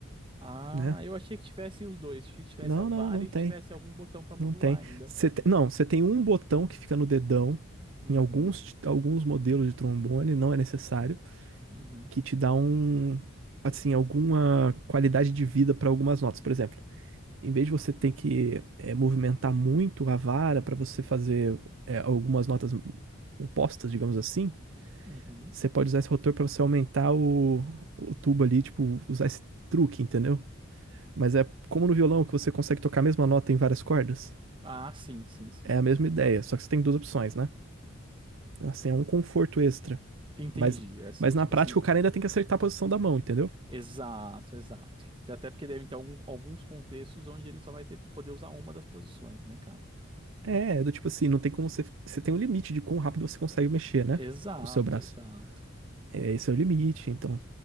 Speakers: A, on the right; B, on the right.
A: Ah,
B: né?
A: eu achei que tivesse os dois. Achei que tivesse
B: Não,
A: a vara
B: não, não
A: e
B: tem.
A: que tivesse algum botão pra modular
B: Não tem.
A: ainda.
B: Você te- Não, você tem um botão que fica no dedão.
A: Uhum,
B: Em alguns, alguns modelos de trombone, não é necessário,
A: uhum,
B: que te dá um, assim, alguma qualidade de vida para algumas notas. Por exemplo, em vez de você ter que eh, movimentar muito a vara para você fazer eh, algumas notas opostas, digamos assim,
A: uhum.
B: você pode usar esse rotor para você aumentar o, o tubo ali, tipo, usar esse truque, entendeu? Mas é como no violão que você consegue tocar a mesma nota em várias cordas.
A: Ah, sim, sim, sim.
B: É a mesma ideia, só que você tem duas opções, né? Assim, é um conforto extra.
A: Entendi.
B: Mas,
A: Essa,
B: mas
A: tipo
B: na prática
A: assim.
B: o cara ainda tem que acertar a posição da mão, entendeu?
A: Exato, exato. Porque Até porque devem ter algum- alguns contextos onde ele só vai ter, poder usar uma das posições, né, cara?
B: É, é do tipo assim, não tem como você. Você tem um limite de quão rápido você consegue mexer, né?
A: Exato,
B: O seu braço.
A: exato.
B: É, esse é o limite, então.